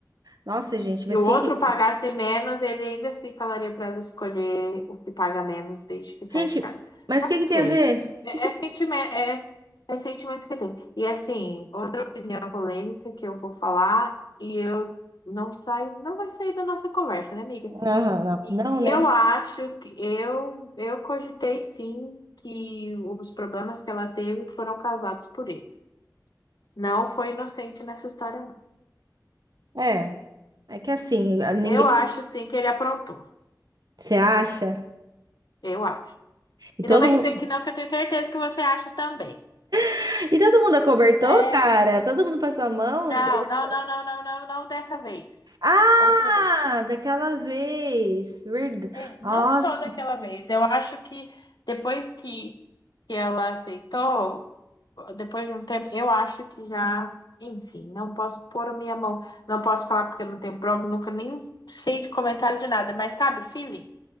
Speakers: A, on the right (about 65°); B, on the left (about 70°).
A: Nossa, gente,
B: Se
A: mas
B: o
A: que
B: outro
A: que.
B: pagasse menos, ele ainda assim falaria pra ela escolher o que paga menos desde que saia
A: Gente,
B: de casa.
A: mas
B: Não
A: que que tem
B: sei.
A: a ver?
B: É,
A: Que que...
B: é sentimento, é, é sentimento que tem. E assim, outra opinião polêmica que eu vou falar e eu não saio, não vai sair da nossa conversa, né, amiga?
A: Aham,
B: E
A: não, não,
B: eu
A: né?
B: acho que eu, eu cogitei sim que os problemas que ela teve foram causados por ele. Não foi inocente nessa história, não.
A: É, é que assim, ninguém
B: Eu acho sim que ele aprontou.
A: se acha.
B: Eu acho.
A: E
B: E não
A: todo
B: vem
A: mundo,
B: dizer que não, que eu tenho certeza que você acha também.
A: <laughs> e todo mundo acobertou,
B: Né?
A: cara. Todo mundo passou a mão.
B: Não,
A: Eles,
B: não, não, não, não, não, não dessa vez.
A: Ah,
B: Outra vez.
A: daquela vez. Verdade.
B: É, não
A: Nossa,
B: só daquela vez. Eu acho que depois que, que ela aceitou, depois de um tempo, eu acho que já, enfim, não posso pôr a minha mão, não posso falar porque eu não tenho prova, nunca nem sei de comentário de nada, mas sabe, feeling?